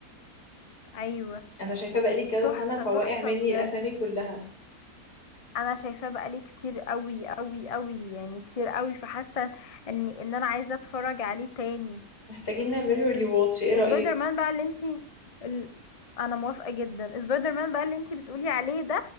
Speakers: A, on the left; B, on the left.
A: ايوه
B: انا شايفاه بقالي كذا
A: تحفه
B: سنه فواقع
A: تحفه
B: مني
A: بجد
B: الاسامي كلها
A: انا شايفاه بقالي كتير قوي قوي قوي يعني كتير قوي فحاسه ان ان انا عايزه اتفرج عليه تاني
B: محتاجين نعمله ريواتش ايه رايك
A: سبايدر مان بقى اللي انتي ال... انا موافقه جدا سبايدر مان بقى اللي انتي بتقولي عليه ده